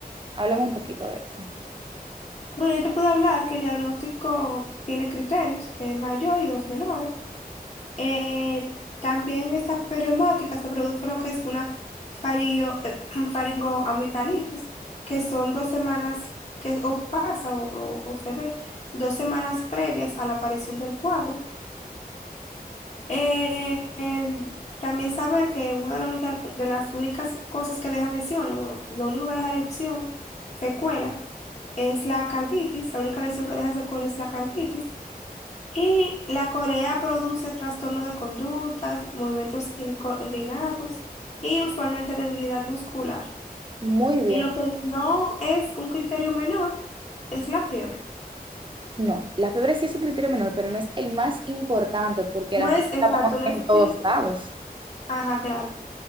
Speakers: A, on the right; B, on the left.
A: háblame un poquito de eso.
B: Bueno, yo te puedo hablar que el diagnóstico tiene criterios, que es mayor y dos menores. Eh, también esta periomática se produce lo que es una fario- eh, <clears throat> faringoamigdalitis, que son dos semanas que o pasa o, o- o se ve, dos semanas previas a la aparición del cuadro. Eh, eh, también saber que una de, la única- de las únicas cosas que dejan lesiones, bueno, lo único que deja lesión, secuela, es la carditis, la única lesión que deja secuela es la carditis. Y la Corea produce trastorno de conductas, movimientos incoordinados y usualmente debilidad muscular.
A: Muy bien.
B: Y lo que no es un criterio menor es la fiebre.
A: No, la fiebre sí es un criterio menor, pero no es el más importante porque
B: No
A: la
B: es
A: fiebre
B: exacto,
A: la vemos
B: no
A: en
B: es
A: todos
B: el...
A: lados.
B: Ajá, claro.